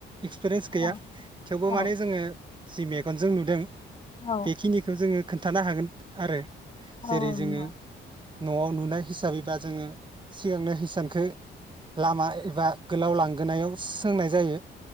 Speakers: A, on the right; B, on the left.
A: एक्सपिरियेन्स
B: औ
A: गैया थेवबो
B: औ
A: माने जोङो जि मेगनजों नुदों
B: औ
A: बेखिनिखौ जोङो खोन्थानो हागोन आरो
B: औ
A: जेरै
B: औ
A: जोङो
B: नोंगौ
A: न'आव नुनाय हिसाबैबा जोंङो सिगांनो हिसानखौ लामा एबा गोलाव लांगोनायाव सोंनाय जायो।